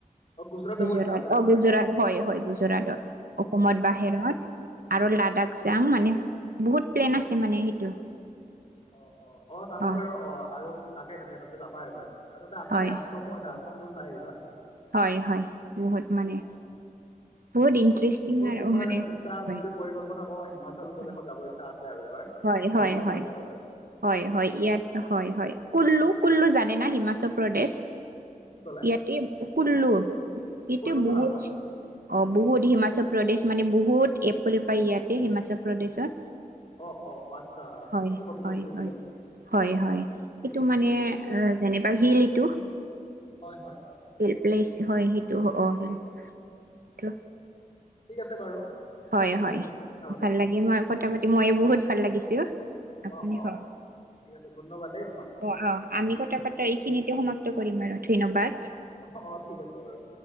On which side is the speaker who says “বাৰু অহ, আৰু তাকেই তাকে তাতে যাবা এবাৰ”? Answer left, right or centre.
Left